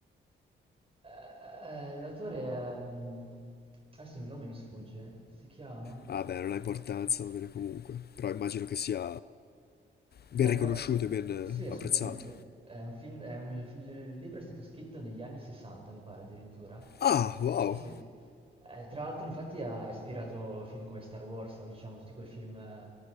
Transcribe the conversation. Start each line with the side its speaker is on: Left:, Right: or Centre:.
Right: Eh, l'autore è... mh, adesso il nome mi sfugge, si chiama...
Left: Ah beh, non ha importanza, va bene comunque. Però immagino che sia ben
Right: È
Left: riconosciuto
Right: un-
Left: e ben eh,
Right: Sì, assolutamente.
Left: apprezzato.
Right: È un film- è un- il libro è stato scritto negli anni 60, mi pare addirittura.
Left: Ah, wow,
Right: Sì, sì. Eh, tra l'altro, infatti, ha ha ispirato film come Star Wars o diciamo tutti quei film eh,